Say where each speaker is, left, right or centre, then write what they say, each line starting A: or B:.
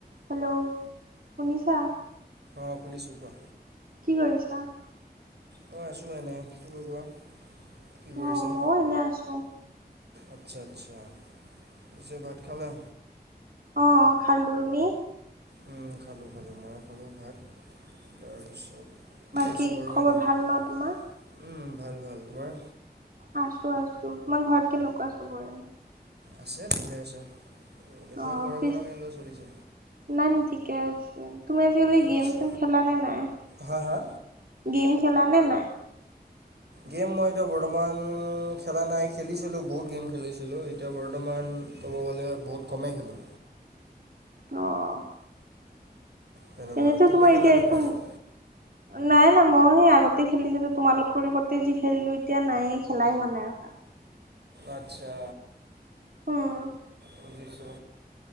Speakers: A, on the right; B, on the right.
A: Hello, শুনিছা?
B: অ', শুনিছো কোৱা?
A: কি কৰিছা?
B: মই আছো এনে। তুমি কোৱা, কি কৰিছা?
A: অ ময়ো এনে আছো
B: আচ্ছা আচ্ছা, পিছে ভাত খালা?
A: অ', অ', খালো। তুমি?
B: উম, খালো খালো, মইও খালো ভাত। তাৰপিছত
A: বাকী
B: আছো আৰু
A: খবৰ
B: এনে। উম,
A: ভাল ন তোমাৰ
B: ভাল ভাল। তোমাৰ?
A: আছো আছো, তোমাৰ ঘৰত কেনেকুৱা চবৰে?
B: আছে, ভালে আছে। বোলে তোমাৰ
A: অ',
B: পঢ়া
A: পিচ,
B: শুনা কেনেকুৱা চলিছে
A: নাই ঠিকে আছে। তুমি আজিকালি
B: আচ্ছা
A: গেম-চেম খেলা নে নাই,
B: হা হা
A: গেম খেলা নে নাই?
B: গেম মই এতিয়া বৰ্তমান খেলা নাই, খেলিছিলো বহুত গেম খেলিছিলো এতিয়া বৰ্তমান ক'ব গ'লে বহুত কমেই খেলো।
A: অ'।
B: তেনেকুৱা
A: এনেতো
B: তুমি
A: তোমাৰ
B: খেলানে
A: ইতিয়া একো
B: নাই আকৌ
A: নাই নাই, মইও সেই আগতে খেলিছিলো তোমালোকৰ লগতে যি খেলিলো এতিয়া নাই খেলাই হোৱা নাই আৰু।
B: আচ্ছা।
A: অ'।
B: বুজিছো।